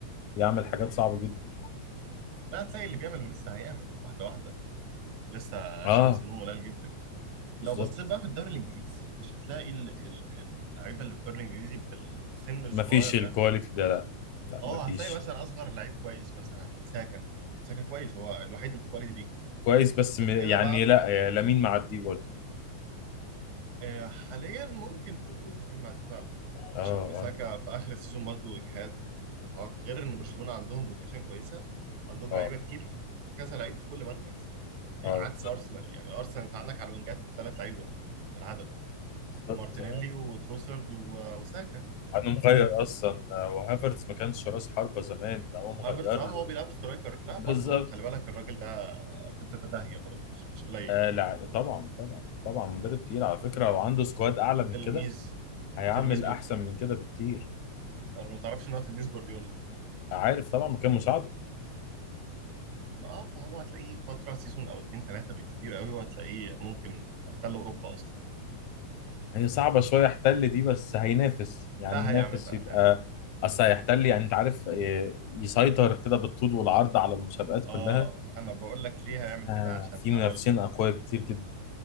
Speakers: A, on the left (about 80°); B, on the right (about 75°).
A: ويعمل حاجات صعبة جدا
B: لا هتلاقي اللي بيعمل ولسه هيعمل واحده واحده لسه
A: اه
B: شمس النوم قليل جدا
A: بالظبط
B: لو بصيت بقى في الدوري الانجليزي مش هتلاقي ال- ال- ال- اللعيبه اللي في الدوري الانجليزي بالسن الصغير
A: مفيش الكواليتي
B: ده
A: ده لا لا
B: اه
A: مفيش
B: هتلاقي مثلا اصغر لعيب كويس مثلا ساكا ساكا كويس هو الوحيد اللي في الكواليتي دي
A: كويس بس
B: غير
A: م- يعني
B: كده بعده
A: لا لامين معديه برضه
B: آه، حاليا ممكن تقول لامين معدي فعلا
A: اه
B: عشان ساكا
A: اه
B: في اخر السيزون برضه اجهاد وارهاق غير ان برشلونه عندهم روتيشن كويسه عندهم
A: اه
B: لعيبه كتير في كذا لعيب في كل مركز آه،
A: اه
B: عكس ارسنال يعني ارسنال انت عندك على الوينجات ثلاث لعيبه بالعدد
A: بالظبط
B: مارتينيلي وتروسرد و- وساكا
A: انا مغير اصلا آه، وهافرتز ما كانش راس حربة زمان ده هو
B: هافرتز
A: مغير
B: اه
A: له
B: هو
A: ال-
B: بيلعب
A: <laughs>
B: سترايكر لا
A: بالظبط
B: برضه خلي بالك الراجل ده ارتيتا ده داهيه برضه مش مش قليل
A: آه لا طبعا طبعا طبعا مدرب تقيل على فكرة لو عنده سكواد اعلى من
B: تلميذ
A: كده هيعمل
B: تلميذ
A: احسن
B: بيب
A: من كده بكتير
B: انا ما تعرفش ان هو تلميذ جوارديولا
A: عارف طبعا مكان مساعده
B: ما اه فهو هتلاقيه فتره سيزون او اتنين تلاته بالكتير قوي وهتلاقيه ممكن احتل اوروبا اصلا
A: هي صعبة شوية يحتل دي بس هينافس يعني
B: لا
A: ينافس
B: هيعمل لا
A: يبقى
B: هيعمل.
A: اصل هيحتل يعني انت عارف آه، يسيطر كده بالطول والعرض على المسابقات كلها
B: اه انا بقول لك ليه هيعمل
A: آه
B: كده عشان
A: في
B: هقول
A: منافسين
B: لك
A: أقوياء كتير جدا